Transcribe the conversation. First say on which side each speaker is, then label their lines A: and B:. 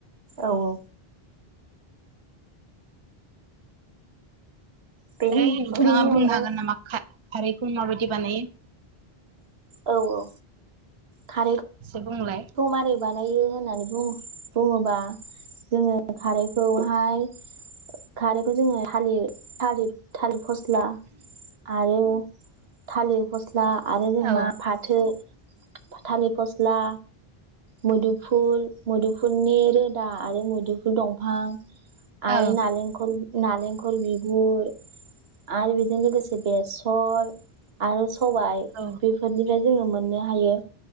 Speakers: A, on the right (about 75°); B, on the right (about 35°).
A: औ औ बेनि
B: दायो नोंथाङा
A: बेनि
B: बुंनो
A: अनगायै
B: हागोन नामा खा खारैखौ माबायदि बानायो?
A: औ औ खारै
B: एसे बुंलाय
A: खौ मारै बानायो होनानै बुं बुङोबा जोंङो खारैखौहाय खारैखौ जोंङो हालि थाथिर थालिर फस्ला आरो थालिर फस्ल ला आरो जोंमा
B: औ
A: फाथो थालि फस्ला मुदुफुल मुदुफुलनि रोदा आरो मुदुफुल दंफां आरो
B: औ
A: नारेंखल नारेंखल बेगुर आरो बिदिनो लोगोसे बेसर आरो सबाइ
B: औ
A: बेफोरनिफ्राय जोङो मोननो हायो